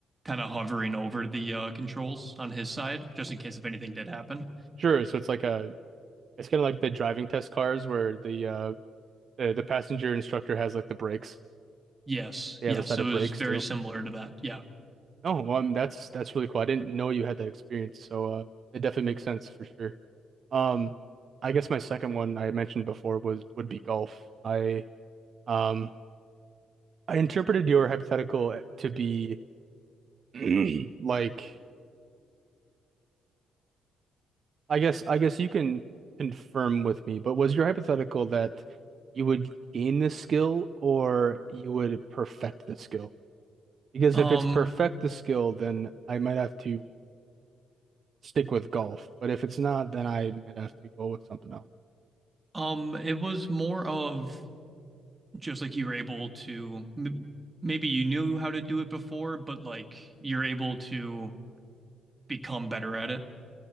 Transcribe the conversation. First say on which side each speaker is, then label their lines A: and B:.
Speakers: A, on the right; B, on the right.
A: kind of hovering over the uh, controls on his side, just in case if anything did happen.
B: Sure, so it's like a it's kind of like the driving test cars where the uh the, the passenger instructor has like the brakes.
A: Yes,
B: They
A: yes,
B: have a set
A: it
B: of
A: was
B: brakes
A: very
B: too.
A: similar to that. Yeah.
B: Oh, well, I mean, that's that's really cool. I didn't know you had that experience, so uh it definitely makes sense for sure. Um, I guess my second one I mentioned before was would be golf. I um I interpreted your hypothetical eh, to be <clears throat> Like, I guess I guess you can confirm with me, but was your hypothetical that you would gain this skill or you would perfect the skill? Because
A: Um,
B: if it's perfect the skill, then I might have to stick with golf. But if it's not, then I might have to go with something else.
A: um, it was more of just like you were able to m- maybe you knew how to do it before, but like you're able to become better at it.